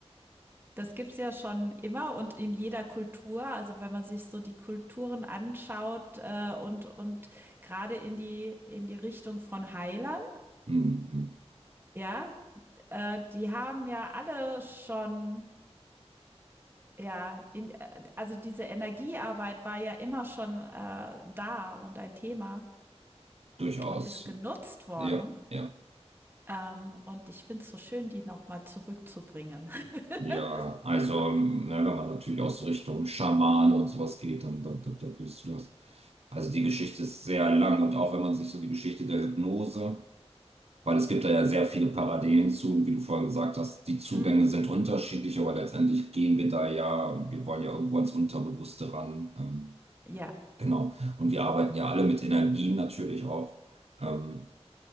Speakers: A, on the right; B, on the right.
A: Das gibt's ja schon immer und in jeder Kultur. Also wenn man sich so die Kulturen anschaut äh, und, und gerade in die, in die Richtung von Heilern,
B: Mhm. Mhm.
A: ja, äh, die haben ja alle schon, ja, in, äh, also diese Energiearbeit war ja immer schon äh, da und ein Thema
B: Durchaus.
A: und ist genutzt worden.
B: Ja, ja,
A: Ähm, und ich finde es so schön, die nochmal zurückzubringen. <laughs>
B: ja. Also,
A: so.
B: ne, wenn man natürlich aus so Richtung Schamane und sowas geht, dann, dann, dann, dann bist du das. Also, die Geschichte ist sehr lang und auch wenn man sich so die Geschichte der Hypnose Weil es gibt da ja sehr viele Parallelen zu, wie du vorhin gesagt hast. Die Zugänge
A: mhm.
B: sind unterschiedlich, aber letztendlich gehen wir da ja, wir wollen ja irgendwo ans Unterbewusste ran. Ähm,
A: Ja.
B: genau. Und wir arbeiten ja alle mit Energien natürlich auch. Ähm,